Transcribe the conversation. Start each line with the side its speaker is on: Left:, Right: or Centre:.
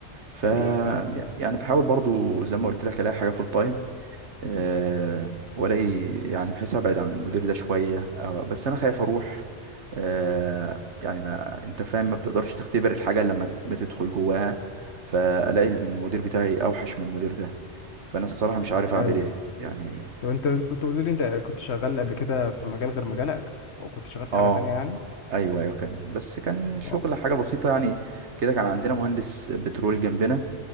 Right: ف
Left: ايوه فاهم فاهم
Right: يعني بحاول برضو زي ما قلت لك الاقي حاجة فول تايم أه والاقي يعني بحيث ابعد عن المدير ده شوية أه بس انا خايف اروح أه يعني ما انت فاهم ما بتقدرش تختبر الحاجة لما بتدخل جواها فالاقي المدير بتاعي اوحش من المدير ده فانا الصراحة مش عارف اعمل
Left: ايوه
Right: ايه يعني
Left: طب انت كنت قلت لي انت كنت شغال قبل كده في مجال غير مجالك وكنت شغال في
Right: اه
Left: حاجة تانية يعني
Right: ايوه ايوه كان بس كان شغل
Left: اه
Right: حاجه بسيطه يعني كده كان عندنا مهندس بترول جنبنا